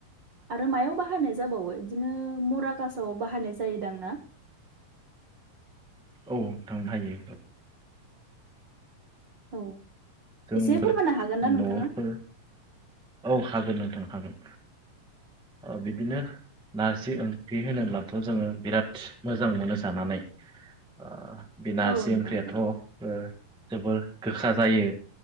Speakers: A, on the right; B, in the centre.
A: आरो मायाव बाहायनाय जाबावो बिदिनो मराकासाव बाहायनाय जायो दां ना?
B: औ थांनो हायो
A: औ
B: जोंफोर
A: एसे फोरमायनो हागोन ना नोंथाङा?
B: न'फोर औ हागोन नोंथां हागोन औ बिदिनो नारजि ओं खि होनोब्लाथ' जोङो बिराद मोजां मोनो जानानै ओ बे नारजि
A: औ नोंथां
B: ओंख्रियाथ'
A: नंगौ
B: ओ जोबोर गोखा जायो